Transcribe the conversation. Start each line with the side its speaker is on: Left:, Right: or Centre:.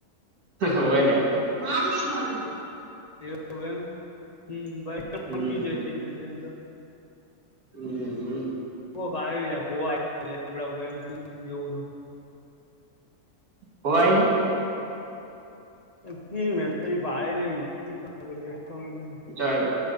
Right: હોય ને માર નહીં ભણું
Left: એ એમ હ
Right: હમ
Left: સમજી જ સુચવેશન તો
Right: હમ્મ
Left: કોક આવી કો લીમડા ઉપર એમ <unintelligible> રહો
Right: <unintelligible>
Left: <unintelligible>
Right: જોય